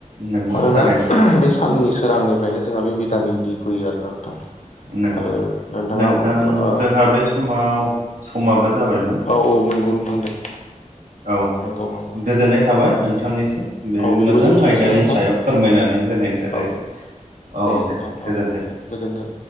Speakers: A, on the right; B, on the left.
A: नंगौ
B: मानोना
A: थारैनो
B: बे साननि सोरांनिफ्रायनो जोंहा बे भिटामिन डि‌ फैयो आरोना नोंथां।
A: नंगौ
B: आरो नोंथाङा
A: नोंथां
B: ओ
A: जोंहा बे समाव समाबो जाबायमोन।
B: औ औ नंगौ नोंथां दे।
A: औ
B: नंगौ नंगौ
A: गोजोननाय थाबाय नोंथांनिसिम। बे
B: औ बिदिबा
A: मोजां
B: दोनथ'नोसैना
A: आयदानि
B: नोंथां
A: सायाव फोरमायनानै होनायनि थाखाय।
B: औ
A: औ
B: नोंथां
A: दे
B: औ
A: गोजोन्थों।
B: दे गोजोन्थों।